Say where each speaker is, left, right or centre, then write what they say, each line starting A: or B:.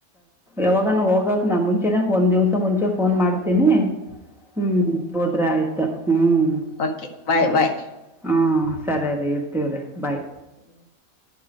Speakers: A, in the centre; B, on the left.
A: ಯಾವಾಗಾನ ಹೋಗಕ್ ನಾ ಮುಂಚೆನ ಒಂದ್ ದಿವಸ ಮುಂಚೆ ಫೋನ್ ಮಾಡ್ತೀನಿ. ಹ್ಮ್ ಹೋದ್ರೆ ಆಯ್ತು ಹ್ಮ್
B: ಓಕೆ ಬಾಯ್
A: ಸರಿ
B: ಬಾಯ್
A: ಹಾ. ಸರಿ ರಿ ಇರ್ತೀವ್ರೀ ಬಾಯ್
B: <inaudible>